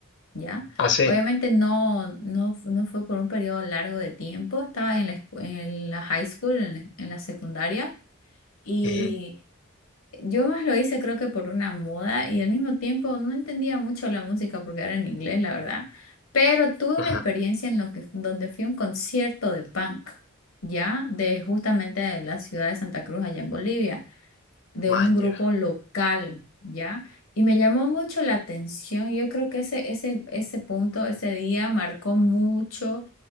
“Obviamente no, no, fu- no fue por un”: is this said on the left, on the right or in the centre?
Left